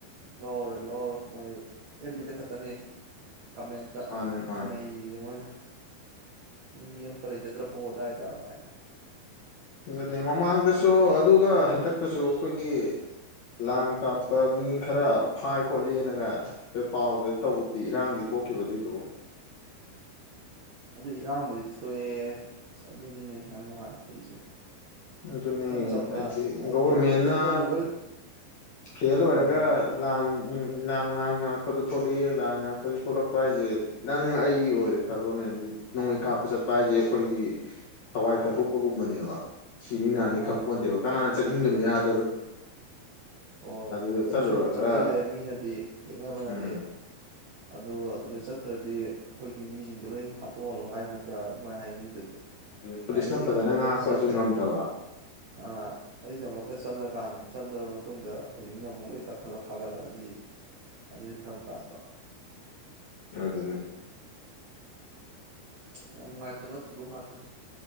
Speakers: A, on the right; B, on the left.
A: ꯂꯧꯔꯔꯣꯏ ꯂꯧꯔꯔꯣꯏ ꯃꯣꯏ ꯑꯦꯐꯕꯤꯗ ꯈꯇꯔꯅꯦ ꯀꯃꯦꯟꯇ
B: ꯃꯥꯅꯦ ꯃꯥꯅꯦ
A: ꯅꯔꯤꯔꯤꯁꯦ ꯃꯣꯏꯅ ꯃꯤ ꯑꯝꯇ ꯂꯩꯖꯗ꯭ꯔꯕꯣ ꯑꯗꯥꯏꯗ ꯀꯥꯏꯅ
B: ꯑꯗꯨꯅꯦ ꯃꯃꯥꯡꯗꯁꯨ ꯑꯗꯨꯒ ꯍꯟꯗꯛ ꯇꯁꯨ ꯑꯩꯈꯣꯏꯒꯤ ꯂꯥꯡ ꯀꯥꯞꯄ ꯃꯤ ꯈꯔ ꯐꯥꯏ ꯈꯣꯠꯂꯤꯅꯒ ꯄꯥꯎꯗ ꯇꯧꯕꯗꯤ ꯏꯔꯥꯡꯗꯤ ꯊꯣꯛꯈꯤꯕꯔꯣ ꯑꯗꯨꯏꯗꯨꯕꯨ
A: ꯑꯗꯨ ꯏꯔꯥꯡꯕꯨꯗꯤ ꯊꯣꯛꯑꯦ ꯑꯗꯨꯅꯤꯅꯦ ꯌꯥꯝ ꯅꯨꯡꯉꯥꯏꯇ꯭ꯔꯤꯁꯦ
B: ꯑꯗꯨꯅꯤ
A: ꯏꯆꯝ ꯆꯝꯅ
B: ꯍꯥꯏꯗꯤ ꯒꯣꯚꯔꯃꯦꯟꯅ
A: ꯑꯩꯈꯣꯏ ꯏꯆꯝ ꯆꯝꯅ ꯂꯣꯏ
B: ꯐꯦꯜ ꯑꯣꯏꯔꯒ
A: ꯃꯥꯅꯦ
B: ꯂꯥꯟ ꯎꯝ ꯂꯥꯡ ꯂꯥꯡ ꯉꯥꯛꯄꯗꯣ ꯊꯣꯛꯂꯛꯑꯦ ꯂꯥꯜ ꯉꯥꯏꯉꯛꯄꯗ ꯊꯣꯛꯂꯛꯄ ꯍꯥꯏꯁꯦ ꯅꯪ ꯑꯩ ꯑꯣꯏꯔꯦ ꯈꯜꯂꯣꯅꯦ ꯑꯗꯨ ꯅꯣꯡꯃꯩ ꯀꯥꯞꯄ ꯆꯠꯄ ꯍꯥꯏꯁꯦ ꯑꯩꯈꯣꯏꯒꯤ ꯊꯋꯥꯏ ꯀꯠꯊꯣꯛꯄꯒꯨꯝꯕꯅꯦꯕ ꯁꯤꯅꯤ ꯅꯥꯅꯤ
A: ꯃꯥꯅꯦ
B: ꯈꯪꯄꯣꯠꯇꯦꯕ ꯀꯅꯥ ꯆꯠꯅꯤꯡꯕꯗꯨꯅ ꯌꯥ
A: ꯍꯣꯏ
B: ꯑꯗꯨꯗ
A: ꯅꯣꯏ
B: ꯆꯠꯂꯨꯔꯒ
A: ꯁꯨꯝ ꯆꯪꯁꯤꯜꯂꯑꯦ ꯃꯤꯅꯗꯤ ꯌꯦꯛꯅꯕꯅꯗꯤ
B: ꯎꯝ
A: ꯑꯗꯨ ꯑꯗꯨꯗ ꯆꯠꯇ꯭ꯔꯗꯤ ꯑꯩꯈꯣꯏꯒꯤ ꯃꯤꯁꯤꯡꯗꯣ ꯂꯣꯏ ꯍꯥꯠꯇꯣꯛꯍꯜꯂꯣ ꯍꯥꯏ ꯅꯠꯇ꯭ꯔꯥ ꯃꯣꯏ ꯍꯥꯏꯅꯤꯡꯉꯤꯗꯨꯗꯤ
B: ꯄꯨꯂꯤꯁꯅ
A: ꯑꯗꯨꯒꯤꯗꯃꯛꯇ
B: ꯐꯖꯅ ꯉꯥꯛꯄꯁꯨ
A: ꯆꯠꯂꯦ
B: ꯉꯝꯗꯕ
A: ꯑꯥ ꯑꯗꯨꯒꯤꯗꯃꯛꯇ ꯆꯠꯂꯀꯥꯟ ꯆꯠꯂꯕ ꯃꯇꯨꯡꯗ ꯍꯧꯖꯤꯛꯅ ꯑꯃꯨꯛ ꯂꯣꯏ ꯇꯛꯈꯠꯂ ꯐꯥꯒꯠꯂꯛꯑꯗꯤ ꯑꯗꯨꯗꯤ ꯐꯔꯛ ꯇꯥꯗ꯭ꯔꯣ
B: ꯑꯗꯨꯟꯅ
A: ꯌꯥꯝ ꯅꯨꯉꯥꯏꯇꯕ ꯊꯧꯗꯣꯛ ꯉꯥꯛꯇꯅꯤ